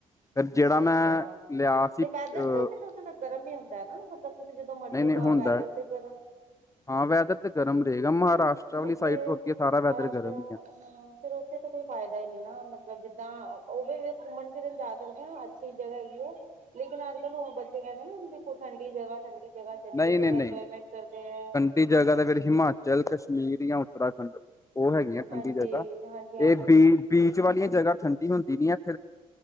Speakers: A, on the left; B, on the right.
A: ਫ ਜਿਹੜਾ ਮੈਂ
B: ਅੱਛਾ
A: ਲਿਆ ਸੀ
B: ਤੇ ਵੈਦਰ
A: ਅਹ।
B: ਤੇ ਫਿਰ ਉੱਥੇ ਤਾਂ ਗਰਮ ਹੀ ਹੁੰਦਾ ਹੈ ਨਾ ਮਤਲਬ ਤੁਸੀਂ ਜਦੋਂ ਮਰਜ਼ੀ
A: ਨਹੀਂ ਨਹੀਂ
B: ਜਾਓ
A: ਹੁੰਦਾ
B: ਵੈਦਰ ਤੇ ਗਰਮ
A: ਹਾਂ ਵੈਦਰ ਤਾਂ ਗਰਮ ਰਹੇਗਾ ਮਹਾਰਾਸ਼ਟਰ। ਵਾਲੀ
B: ਉੱਥੇ
A: ਸਾਈਡ ਤੋਂ ਅੱਗੇ ਸਾਰਾ ਵੈਦਰ
B: ਮਹਾਰਾਸ਼ਰਾ
A: ਗਰਮ ਹੀ ਆ
B: ਅ ਫਿਰ ਉੱਥੇ ਤਾਂ ਕੋਈ ਫਾਇਦਾ ਹੀ ਨੀ ਨਾ ਮਤਲਬ ਜਿੱਦਾਂ ਉਹਵੇ ਘੁੰਮਣ ਫਿਰਨ ਜਾ ਸਕਦੇ ਹਾਂ ਅੱਛੀ ਜਗ੍ਹਾ ਹੈਗੀ ਹੈ। ਲੇਕਿਨ ਅੱਜ ਕੱਲ੍ਹ ਹੁਣ ਬੱਚੇ ਕਹਿੰਦੇ ਨਾ ਦੇਖੋ ਠੰਡੀ ਜਗ੍ਹਾ ਠੰਡੀ। ਜਗ੍ਹਾ ਚਲੀਏ
A: ਨਹੀਂ
B: ਥੋੜਾ
A: ਨਹੀਂ ਨਹੀਂ
B: ਇੰਜੋਏਮੈਂਟ ਕਰਦੇ ਹੈ।
A: ਠੰਡੀ ਜ੍ਹਾ ਤੇ ਫਿਰ ਹਿਮਾਚਲ ਕਸ਼ਮੀਰ ਜਾਂ ਉਤਰਾ ਖੰਡ ਉਹ ਹੈਗੀਆਂ
B: ਹਾਂਜੀ
A: ਠੰਡੀ ਜਗ੍ਹਾ
B: ਹਾਂਜੀ ਹਾਂਜੀ
A: ਇਹ ਬੀ ਬੀਚ ਵਾਲੀਆਂ ਜਗ੍ਹਾ ਠੰਡੀ ਹੁੰਦੀ ਨੀ ਹੈ।